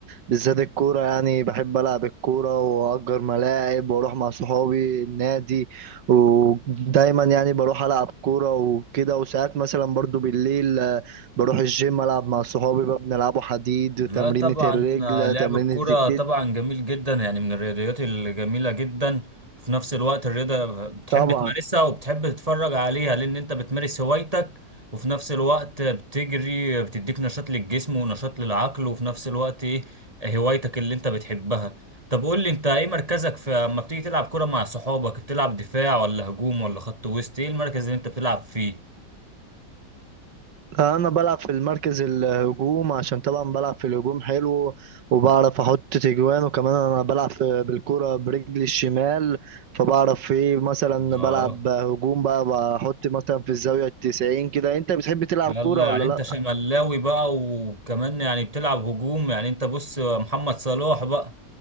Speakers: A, on the right; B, on the right.
A: بالذات الكوره يعني بحب العب الكوره واجر ملاعب واروح مع صحابي النادي ودايما يعني بروح العب كوره وكده وساعات مثلا برضو بالليل آه، بروح الجيم العب مع صحابي بقى بنلعبوا حديد
B: لا
A: تمرينة
B: طبعا
A: الرجل
B: آه، لعب
A: تمرينة
B: الكرة
A: الكتف
B: طبعا جميل جدا يعني من الرياضيات الجميلة جدا في نفس الوقت الرياضة بتحب
A: طبعا
B: تمارسها وبتحب تتفرج عليها لأن أنت بتمارس هوايتك وفي نفس الوقت بتجري بتديك نشاط للجسم ونشاط للعقل وفي نفس الوقت إيه هوايتك اللي أنت بتحبها طب قول لي أنت إيه مركزك في أما بتيجي تلعب كرة مع صحابك بتلعب دفاع ولا هجوم ولا خط وسط إيه المركز اللي أنت بتلعب فيه؟
A: انا بلعب في المركز الهجوم عشان طبعا بلعب في الهجوم حلو وبعرف احط تجوان وكمان انا بلعب في- بالكرة برجلي الشمال فبعرف ايه مثلا بلعب
B: آه
A: هجوم بقى بحط مثلا في الزاوية التسعين كده انت بتحب تلعب
B: يلا
A: كورة
B: يعني
A: ولا
B: انت
A: لا
B: شملاوي بقى وكمان يعني بتلعب هجوم يعني انت بص محمد صلاح بقى